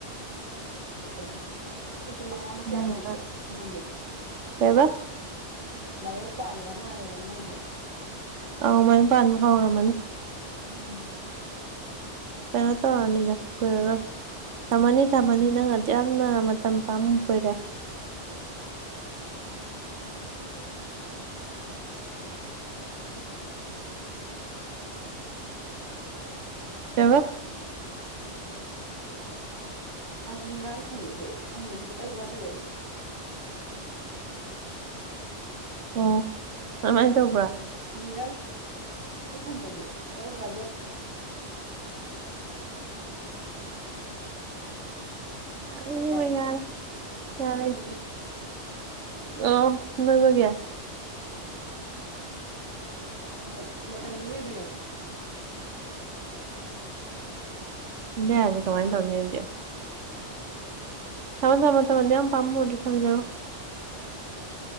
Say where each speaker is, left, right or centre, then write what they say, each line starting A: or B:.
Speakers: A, on the right; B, on the right.
A: <unintelligible>
B: ꯅꯪ ꯉꯥꯡ ꯀꯩꯕ
A: ꯃꯌꯦꯛ ꯄꯥꯟꯈ꯭ꯔ ꯃꯥꯜꯂꯦꯕ ꯃꯣꯏꯁꯦ
B: ꯑꯥꯎ ꯃꯥꯏꯨꯝ ꯄꯥꯟꯕ ꯐꯥꯎꯔꯝꯃꯅꯤ
A: ꯎꯝ
B: ꯀꯩꯅꯣ ꯇꯧꯔꯅꯤꯗ ꯀꯨꯏꯔꯔꯣꯏ ꯊꯝꯃꯅꯤ ꯊꯝꯃꯅꯤ ꯅꯪ ꯑꯗꯨ ꯌꯥꯝꯅ ꯃꯇꯝ ꯄꯝꯃꯨꯕꯣꯏꯔꯦ
A: <unintelligible>
B: ꯀꯩꯕ
A: ꯅꯤꯡꯒꯥꯡ ꯈꯪꯕꯁꯦ ꯐꯝꯕꯁꯦ ꯈꯤꯇꯪ ꯋꯥꯖꯕ ꯑꯩꯁꯦ
B: ꯑꯣ ꯑꯗꯨꯃꯥꯏꯅ ꯇꯧꯕ꯭ꯔꯥ
A: ꯅꯤꯡꯥꯡ ꯐꯪꯕꯁꯦ ꯈꯤꯇꯪ ꯋꯥꯖꯕ
B: ꯌꯥꯔꯦ
A: ꯍꯥꯏꯇꯥꯔꯦ
B: ꯏꯕꯦꯝꯃ ꯌꯥꯔꯦ ꯌꯥꯔꯦ
A: ꯍꯥꯏꯗꯤ
B: ꯑ ꯁꯃꯔꯤꯕꯒꯌꯥ
A: ꯑꯥ ꯃꯇꯝꯗꯨ ꯂꯣꯏꯕꯤꯔꯕꯣ
B: ꯁꯤꯟꯗ ꯌꯔꯔꯣꯏ ꯀꯃꯥꯏꯅ ꯇꯧꯅꯤ ꯑꯧꯗꯤ
A: <inaudible>
B: ꯊꯝꯃꯣ ꯊꯝꯃꯣ ꯃꯇꯝ ꯑꯗꯨꯛꯌꯥꯝ ꯄꯥꯃꯨꯔꯗꯤ ꯊꯝꯖꯔꯣ
A: ꯎꯝ